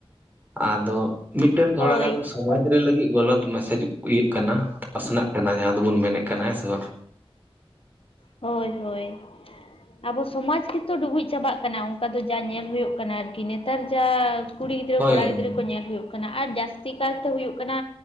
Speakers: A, on the right; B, on the left.
A: ᱟᱫᱚ ᱢᱤᱫᱴᱮᱱ ᱛᱷᱚᱲᱟ
B: ᱦᱳᱭ
A: ᱜᱟᱱ ᱥᱚᱢᱟᱡ ᱨᱮᱱ ᱞᱟᱹᱜᱤᱫ ᱜᱟᱞᱟᱛ ᱢᱮᱥᱮᱡ ᱤᱭᱟᱹ ᱠᱟᱱᱟ ᱯᱟᱥ ᱱᱟᱜ ᱠᱟᱱᱟ ᱡᱟᱦᱟᱸ ᱫᱚᱵᱚᱱ ᱢᱮᱱ ᱮᱜ ᱠᱟᱱᱟ ᱦᱮᱸ ᱥᱮ ᱵᱟᱝ
B: ᱦᱳᱭ ᱦᱳᱭ ᱟᱵᱚ ᱥᱚᱢᱟᱡᱽ ᱜᱮᱛᱚ ᱰᱩᱵᱩᱡ ᱪᱟᱵᱟᱜ ᱠᱟᱱᱟ ᱚᱱᱠᱟ ᱫᱚ ᱡᱟ ᱧᱮᱞ ᱦᱩᱭᱩᱜ ᱠᱟᱱᱟ ᱟᱨᱠᱤ ᱱᱮᱛᱟᱨ ᱡᱟᱸ ᱠᱩᱲᱤ ᱜᱤᱫᱽᱨᱟᱹ
A: ᱦᱳᱭ
B: ᱠᱚᱲᱟ
A: ᱦᱳᱭ
B: ᱜᱤᱫᱽᱨᱟᱹ ᱧᱮᱞ ᱦᱩᱭᱩᱜ ᱠᱟᱱᱟ ᱟᱨ ᱡᱟᱹᱥᱛᱤ ᱠᱟᱨᱛᱮ ᱦᱩᱭᱩᱜ ᱠᱟᱱᱟ